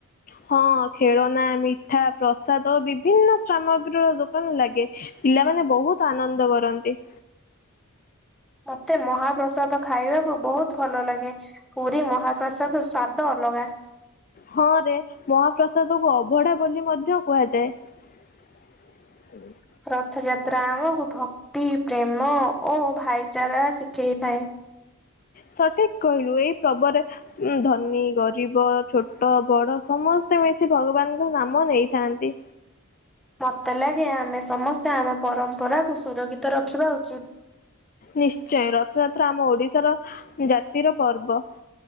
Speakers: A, on the left (about 40°); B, in the centre.
A: ହଁ ଖେଳନା, ମିଠା, ପ୍ରସାଦ ବିଭିନ୍ନ ସାମଗ୍ରୀର ଦୋକାନ ଲାଗେ। ପିଲାମାନେ ବହୁତ ଆନନ୍ଦ କରନ୍ତି।
B: ମତେ ମହାପ୍ରସାଦ ଖାଇବାକୁ ବହୁତ ଭଲ ଲାଗେ। ପୁରୀ ମହାପ୍ରସାଦ ସ୍ଵାଦ ଅଲଗା।
A: ହଁ ରେ ମହାପ୍ରସାଦକୁ ଅଭଢା ବୋଲି ମଧ୍ୟ କୁହାଯାଏ। <inaudible>
B: ରଥଯାତ୍ରା ଆମକୁ ଭକ୍ତି, ପ୍ରେମ ଓ ଭାଇଚାରା ଶିଖେଇଥାଏ।
A: ସଠିକ କହିଲୁ ଏଇ ପର୍ବରେ ଉ ଧନୀ, ଗରିବ, ଛୋଟ, ବଡ ସମସ୍ତେ ମିଶି ଭଗବାନଙ୍କ ନାମ ନେଇଥାନ୍ତି।
B: ମତେ ଲାଗେ ଆମେ ସମସ୍ତେ ଆମ ପରମ୍ପରାକୁୁ ସୁରକ୍ଷିତ ରଖିବା ଉଚିତ୍।
A: ନିଶ୍ଚୟ ରଥଯାତ୍ରା ଆମ ଓଡିଶାର ଜାତିର ପର୍ବ।